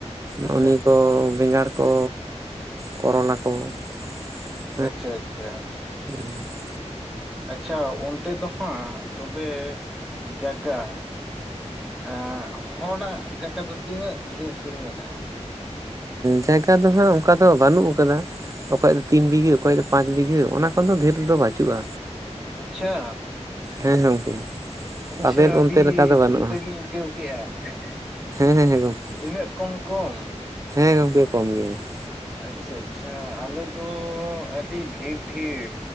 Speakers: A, in the centre; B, on the right.
A: ᱟᱪᱪᱷᱟ
B: ᱦᱚᱸᱜ ᱱᱤᱭᱟᱹ ᱠᱚ, ᱵᱮᱸᱜᱟᱲ ᱠᱚ, ᱠᱚᱨᱚᱞᱟ ᱠᱚ ᱾
A: ᱟᱪᱪᱷᱟ ᱟᱪᱪᱷᱟ ᱾
B: <unintelligible>
A: ᱟᱪᱪᱷᱟ ᱚᱱᱛᱮ ᱫᱚ ᱦᱟᱸᱜ ᱛᱚᱵᱮ ᱡᱟᱜᱟ ᱮᱸᱻ ᱦᱚᱲᱟᱜ ᱡᱟᱜᱟ ᱫᱚ ᱛᱤᱱᱟᱹᱜ ᱰᱷᱤᱨ ᱰᱷᱤᱨ ᱢᱮᱱᱟᱜᱼᱟ?
B: ᱡᱟᱭᱜᱟ ᱫᱚ ᱦᱟᱸᱜ ᱚᱱᱠᱟ ᱫᱚ ᱵᱟᱹᱱᱩᱜ ᱟᱠᱟᱫᱟ᱾ ᱚᱠᱚᱭᱟᱜ ᱫᱚ ᱛᱤᱱ ᱵᱤᱜᱷᱟᱹ ᱚᱠᱚᱭᱟᱜ ᱫᱚ ᱯᱟᱸᱪ ᱵᱤᱜᱷᱟᱹ ᱚᱱᱟ ᱠᱷᱚᱱ ᱫᱚ ᱰᱷᱮᱨ ᱫᱚ ᱵᱟᱹᱪᱩᱜᱼᱟ᱾
A: ᱟᱪᱪᱷᱟ᱾
B: ᱦᱮᱸ ᱜᱚᱝᱠᱮ᱾
A: ᱟᱪᱪᱷᱟ
B: ᱟᱵᱮᱱ
A: ᱟᱹᱰᱤ
B: ᱚᱱᱛᱮ ᱞᱮᱠᱟ ᱫᱚ ᱵᱟᱹᱱᱩᱜᱼᱟ
A: ᱡᱩᱫᱟᱹᱜᱤᱧ ᱟᱹᱭᱠᱟᱹᱣ ᱠᱮᱫᱼᱟ <inaudible>
B: ᱦᱮᱸ ᱦᱮᱸ ᱦᱮᱸ ᱜᱚᱝᱠᱮ
A: ᱤᱱᱟᱹᱜ ᱠᱚᱢ ᱠᱚᱢ
B: ᱦᱮᱸ ᱜᱚᱝᱠᱮ ᱠᱚᱢ ᱜᱮᱭᱟ ᱾
A: ᱟᱪᱪᱷᱟ ᱟᱪᱪᱷᱟ ᱟᱞᱮ ᱫᱚ ᱟᱹᱰᱤ ᱰᱷᱤᱨ ᱰᱷᱤᱨ